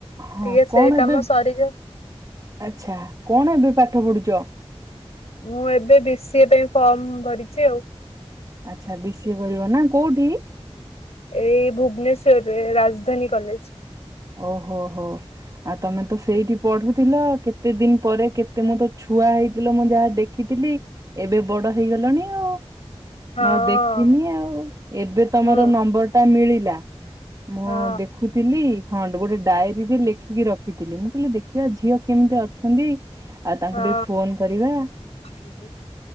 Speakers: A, on the right; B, on the left.
A: ହଁ
B: ଟିକେ ସେ
A: କଣ
B: କାମ
A: ଏବେ
B: ସରିଯାଉ
A: ଆଚ୍ଛା, କଣ ଏବେ ପାଠ ପଢୁଚ ଚ
B: ମୁଁ ଏବେ ବି ସି ଏ ପାଇଁ ଫର୍ମ ଭରିଛି ଆଉ।
A: ଆଚ୍ଛା। ବି ସି ଏ କରିବ ନା, କୋଉଠି?
B: ଏଇ ଭୁବନେଶ୍ଵରରେ, ରାଜଧାନୀ କଲେଜ।
A: ଓହୋ ହୋ। ଆଉ ତମେ ତ ସେଇଠି ପଢୁଥିଲ, କେତେ ଦିନ ପରେ କେତେ ମୁଁ ତ ଛୁଆ ହେଇଥିଲ ମୁଁ ଯାହା ଦେଖି ଥିଲି, ଏବେ ବଡ ହେଇଗଲଣି ଆଉ।
B: ହଁ
A: ମୁଁ ଆଉ ଦେଖିନି ଆଉ, ଏବେ ତମର
B: ହୁଁ
A: ନମ୍ବରଟା ମିଳିଲା। ମୋ
B: ହଁ।
A: ଦେଖୁଥିଲି, ହଁ ଗୋଟେ ଡାଏରୀରେ ଲେଖି ଲେଖିକି ରଖିଥିଲି। ମୁଁ କହିଲି ଦେଖିବା ଝିଅ କେମିତି ଅଛନ୍ତି? ଆଉ ତାଙ୍କୁ
B: ହଁ।
A: ଟିକେ ଫୋନ କରିବା
B: <inaudible>